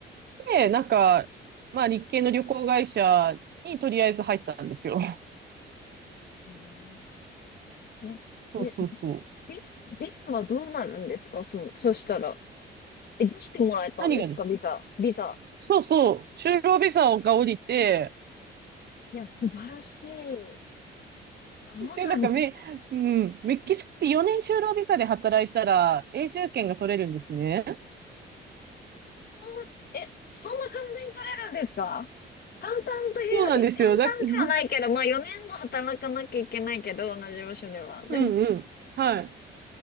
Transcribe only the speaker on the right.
で、なんか、まあ、日系の旅行会社にとりあえず入ったんですよ。
そうそうそう。
何がです
そうそう、就労ビザが降りて、
で、なんかメ、うん、メキシコって4年就労ビザで働いたら永住権が取れるんですね。
そうなんですよ。
だ、<laughs>
うんうん。はい。